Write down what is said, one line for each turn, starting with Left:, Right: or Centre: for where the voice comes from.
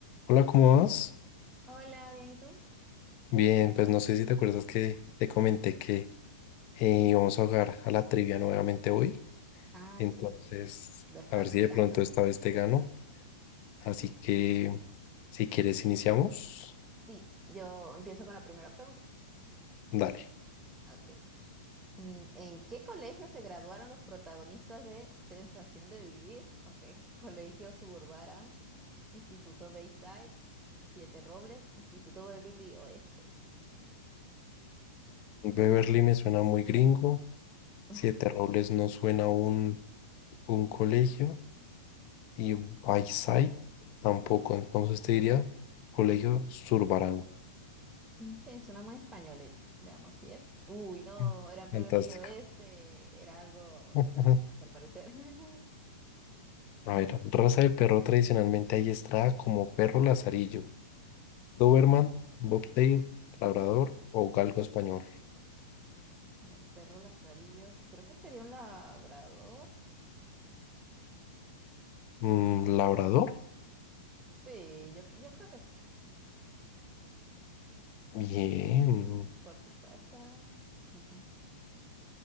Left: Hola, ¿cómo vas?
Right: Hola, bien, ¿y tú?
Left: Bien, pues no sé si te acuerdas que te comenté que eh, íbamos a jugar a la trivia nuevamente hoy.
Right: Ah,
Left: Entonces,
Right: sí, sí, sí. Lo estaba
Left: a ver
Right: esperando.
Left: si de pronto esta vez te gano. Así que, si quieres, iniciamos.
Right: Sí, yo empiezo con la primera pregunta.
Left: Dale.
Right: Ok. Mm, ¿En qué colegio se graduaron los protagonistas de Sensación de Vivir? Ok. <laughs> Colegio Suburban, Instituto Bayside, Siete Robles, Instituto Beverly Oeste.
Left: Beverly
Right: Uy,
Left: me suena muy gringo. Siete
Right: <laughs> vale.
Left: Robles no suena un, un colegio. Y Bayside tampoco. Entonces te diría colegio Zurbarán.
Right: Mm, Sí, suena muy españolete. Veamos si es. Uy, no,
Left: Mm,
Right: era Beverly
Left: Fantástica.
Right: Oeste. Era algo
Left: <laughs>
Right: estadounidense al parecer. <laughs>
Left: A ver, raza de perro tradicionalmente adiestrada como perro lazarillo, Doberman, Bobtail, Labrador o Galgo español.
Right: El perro Lazarillos, creo que sería un labrador,
Left: Mm,
Right: quizás.
Left: Labrador,
Right: Sí, yo, yo creo que sí,
Left: bien.
Right: por supuesto. <laughs>